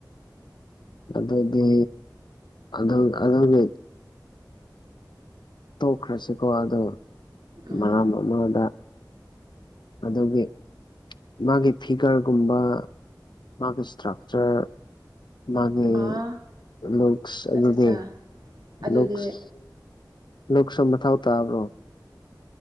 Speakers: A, on the left; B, on the right.
A: ꯑꯗꯨꯗꯤ ꯑꯗꯨꯝ ꯑꯗꯨꯒꯤ ꯇꯣꯛꯈ꯭ꯔꯁꯤꯀꯣ ꯑꯗꯣ
B: ꯑꯥ
A: ꯃꯔꯝ ꯑꯃꯗ ꯑꯗꯨꯒꯤ ꯃꯥꯒꯤ ꯐꯤꯒꯔꯒꯨꯝꯕ ꯃꯥꯒꯤ ꯏꯁꯇ꯭ꯔꯛꯆꯔ ꯃꯥꯒꯤ
B: ꯑꯥ
A: ꯂꯁ ꯑꯗꯨꯗꯤ
B: ꯑꯠꯆꯥ ꯆꯥ ꯑꯗꯨꯗꯤ
A: ꯂꯁ ꯁ ꯁ ꯃꯊꯊꯧ ꯇ꯭ꯔꯣ